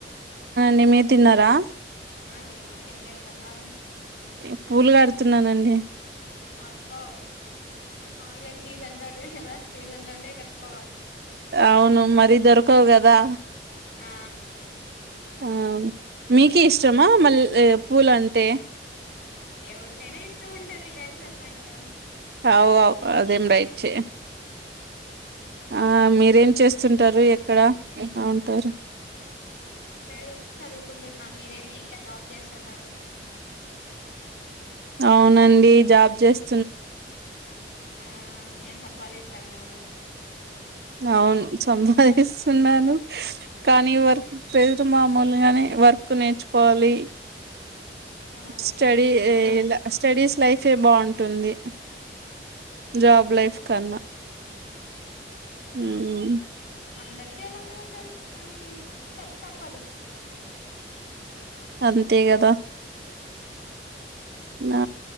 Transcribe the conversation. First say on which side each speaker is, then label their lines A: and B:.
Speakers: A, on the right; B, on the left.
A: డి మీర్ తిన్నారా
B: ఆ తిన్నాం ఏం చెస్తున్నారు
A: ఈ పూలు గడుతున్నానండి
B: అబ్బొ అవునులే సీజన్ తోటి ఎలా సీజన్ లోనే కట్టుకోవాలి
A: అవును మరి దొరకవు గదా
B: ఆ
A: ఆ మీక్ కి ఇష్టమా మల్లె పూలంటే
B: ఎవరికైన ఇష్ట ఉంటది కలిసున్నాక
A: అవు అవు అదేం రైట్ ఆ మీరేం చేస్తుంటారు ఎక్కడ
B: ఉమ్
A: ఎలా ఉంటారు
B: లేదు చదువుకుంటున్నా మీరేమి ఇంక జాబ్ చేస్తన్నారు
A: అవునండి జాబ్ చేస్త
B: ఆ నేమ్ సంపాదిస్తన్నారు
A: అవును సంపాదిస్తున్నాను కానీ వర్క్ ప్రజర్ మామూలుగానే వర్క్ నేర్చుకోవాలి
B: ఆ
A: స్టడీ
B: ఉమ్
A: ఎ స్టడీస్ లైఫే బాగుంటుంది జాబ్ లైఫ్ కన్నా ఉమ్
B: అందరికి అలానే ఉంటది కానీ తప్పదు
A: అంతే గదా న